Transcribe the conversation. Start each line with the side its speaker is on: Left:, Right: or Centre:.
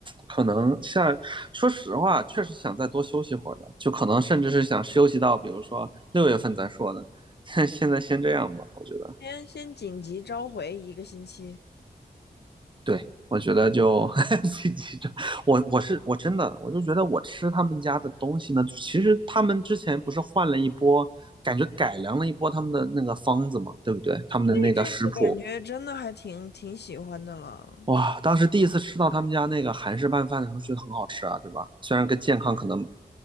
Right: 可能下，说实话，确实想再多休息会儿的，就可能甚至是想休息到，比如说六月份再说的，<laughs> 但现在先这样吧，我觉得。
Left: 先先紧急召回一个星期，
Right: 对，我觉得就 <laughs> 我我是我真的我就觉得我吃他们家的东西呢，其实他们之前不是换了一波，感觉改良了一波他们的那个方子嘛，对不对？他们的那个食谱，
Left: 那阵子感觉真的还挺挺喜欢的了。
Right: 哇，当时第一次吃到他们家那个韩式拌饭的时候，觉得很好吃啊，对吧？虽然跟健康可能